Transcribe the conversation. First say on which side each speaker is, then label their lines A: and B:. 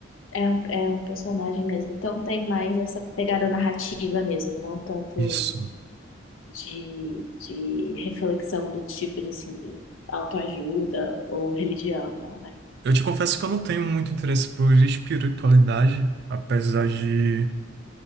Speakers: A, on the left; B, on the right.
A: É um, é um personagem mesmo. Então tem mais essa pegada narrativa mesmo, não tanto
B: Isso.
A: de, de reflexão do tipo de assim de autoajuda ou religião, não, né?
B: Eu te confesso que eu não tenho muito interesse por espiritualidade, apesar de